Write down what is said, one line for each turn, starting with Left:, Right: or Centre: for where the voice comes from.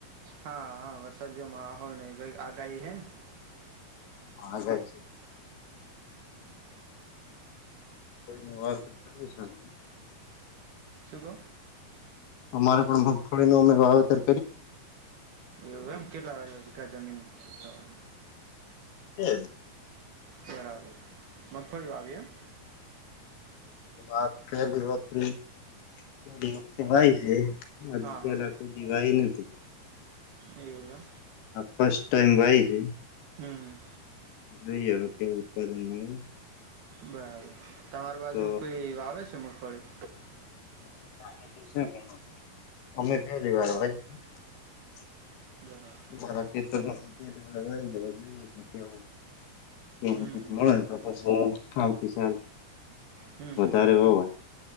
Right: હા, હા વરસાદ જેવો માહોલ ને કોઈ આગાહી હેન.
Left: આગાહી સે <inaudible> વાવતર <inaudible>
Right: શું કો
Left: અમારે પણ મગફળીનું અમે વાવતર
Right: એવું એમ કેટલા વીઘા જમીન તમાર
Left: એ
Right: બરાબર મગફળી વાવી એમ
Left: આ ફેર પલી મગફળી પેલી વખતે વાઈ છે હજુ
Right: હા
Left: પેલા
Right: હા
Left: કોઈ દી વાય નતી
Right: એવું એમ.
Left: હ ફસ્ટ ટાઈમ વાઈ શે
Right: હમ.
Left: જોઈ હવે કેવુ ઉત્પાદન મળે
Right: બરાબર તમાર બાજુ
Left: તો
Right: કોઈ વાવે છે. મગફળી
Left: <unintelligible>
Right: બરાબર
Left: મારા ખેતરમા જોઈએ કે કેવુ. બેનિફિટ
Right: હમ હમ
Left: મળે તો પછી. આવતી સાલ.
Right: હમ
Left: વધારે
Right: બરાબર,
Left: વવાય